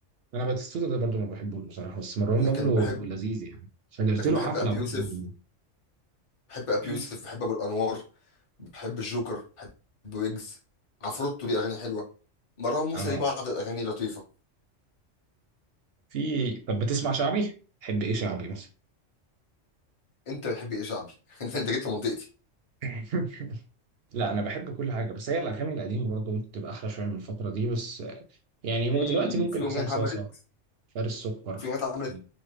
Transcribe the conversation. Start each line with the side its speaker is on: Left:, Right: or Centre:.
Right: انا باتيستوتا ده برضو ما بحبوش بصراحه بس مروان
Left: لكن
Right: بابلو
Left: بحب
Right: لذيذ يعني حضرت
Left: لكن
Right: له
Left: بحب
Right: حفله
Left: ابي
Right: برضو
Left: يوسف بحب ابي
Right: مم.
Left: يوسف بحب ابو الانوار بحب الجوكر بحب ويجز عفروتو ليه اغاني حلوه مروان موسى
Right: اه
Left: ليه بعض الاغاني لطيفه
Right: في طب بتسمع شعبي تحب ايه شعبي مثلا
Left: انت بتحب ايه شعبي <laughs> انت انت جيت لمنطقتي
Right: <laughs> لا انا بحب كل حاجه بس هي الاغاني القديمه برضه ممكن تبقى احلى شويه من الفتره دي بس آه، يعني
Left: في
Right: مو- دلوقتي ممكن
Left: في اغنيه
Right: حسام
Left: اتعملت
Right: صاصه فارس سكر
Left: في اغنيه اتعملت
Right: آه،